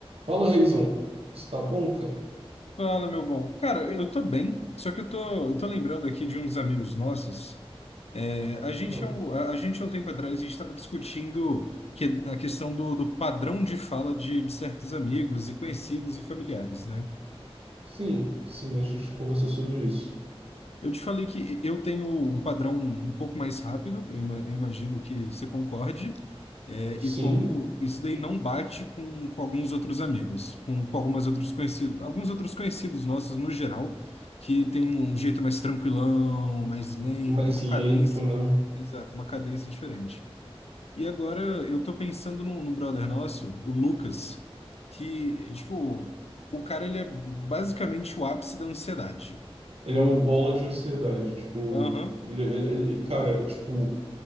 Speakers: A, on the right (about 70°); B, on the left (about 80°).
A: Fala, Reizão. Está bom, cara?
B: Fala, meu bom. Cara, eu tô bem, só que eu tô, eu tô lembrando aqui de uns amigos nossos. É, a gente,
A: Ah,
B: há um- a a gente, há um tempo atrás, a gente estava discutindo que, a questão do, do padrão de fala de, de certos amigos e conhecidos e familiares, né?
A: sim, sim, a gente conversou sobre isso.
B: Eu te falei que eu tenho um padrão um pouco mais rápido, eu ima- eu imagino que você concorde, é, e
A: Sim,
B: como isso daí não bate com, com alguns outros amigos, com, com algumas outros conhecidos, alguns outros conhecidos nossos no geral, que tem um um jeito mais tranquilão, mais lento,
A: mas
B: uma
A: lento,
B: cadência,
A: né?
B: exato, uma cadência diferente. E agora eu tô pensando num, num brother nosso, o Lucas, que, tipo, o cara ele é basicamente o ápice da ansiedade.
A: Ele
B: Eu
A: é uma bola de ansiedade, tipo,
B: Aham.
A: ele, ele- ele- cara, tipo,